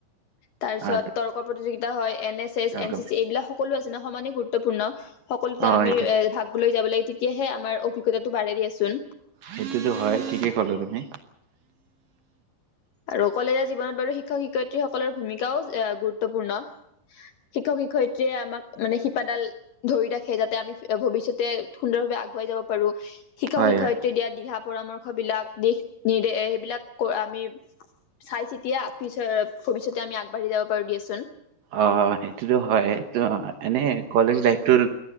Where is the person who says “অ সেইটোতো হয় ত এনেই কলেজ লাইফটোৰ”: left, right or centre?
Right